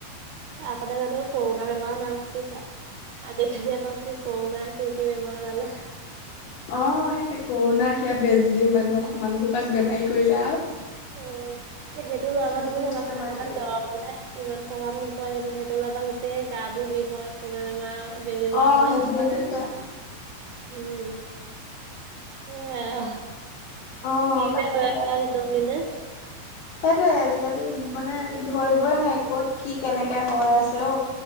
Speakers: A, on the right; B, on the left.
A: আগতে জানো কৰোণা বেমাৰৰ নাম শুনিছা? আজিকালি আকৌ কি কৰোণা কি কি বেমাৰ ওলালে।
B: অ সেইযে কৰোণা সেয়া বেজি দিয়ে মানুহক মানুহসোপাক বেমাৰী কৰিলে আও।
A: অ এ সেইটো ৰবা
B: সেইখিনি
A: তুমি চাবাচোন
B: বেমাৰে
A: আগতে
B: কৰিলে
A: জৰ হলে ইমান প্ৰভাৱ নপৰে কিন্তু সেইটো হোৱাৰ পৰা গোটেই গা বোৰ বিষ হয়, কোৰোণা বেমাৰ বেজি লৱাৰ
B: অ'
A: ফলত
B: সেইখিনি কি কয়
A: উম। এইয়া
B: অ'
A: কি
B: তাকেহে।
A: যে হৈ আছে আও দিনক দিনে।
B: সেইটোৱে আজিকালি মানে ধৰিবই নোৱাৰি কত কি কেনেকে হৈ আছে ঔ।